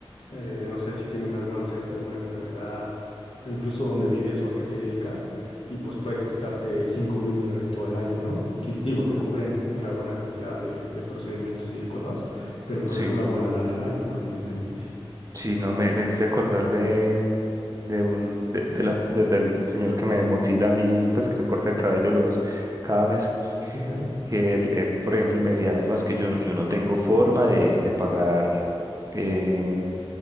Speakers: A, on the left (about 70°); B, on the right (about 35°).
A: eh, de no sé si tienes algún antecedente, alguna enfermedad, e incluso dónde vives o a qué te dedicas, y pues puede costarte cinco mil dólares todo el año, ¿no? Que digo, te cubren una buena cantidad de, de procedimientos y cosas, pero pues
B: Sí,
A: es una buena lana al año, ¿no? Evidentemente.
B: sí, no, me, me hiciste acordar de, de un, de, de la, de- del señor que me motila a mí, pues que me corta el cabello los, cada mes.
A: Ok,
B: que él, él, por ejemplo, me decía, no, es que yo, no- yo no tengo forma de, de pagar eh,